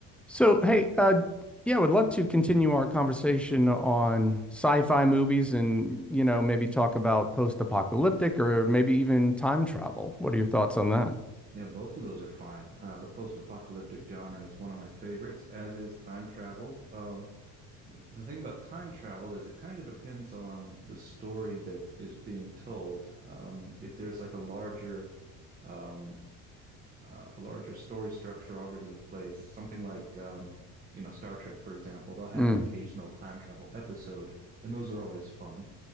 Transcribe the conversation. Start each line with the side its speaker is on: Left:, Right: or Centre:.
Centre: So, hey, uh, yeah, I would love to continue our conversation on sci-fi movies and, you know, maybe talk about post-apocalyptic or maybe even time travel. What are your thoughts on that?
Right: Yeah, both of those are fine. Uh, the post-apocalyptic genre is one of my favorites, as is time travel. Um, the thing about time travel is it kind of depends on the story that is being told. Um, if there's like a larger, um, uh, a larger story structure already in place, something like, um, you know, Star Trek, for example, they'll have
Centre: Mm,
Right: an occasional time travel episode, and those are always fun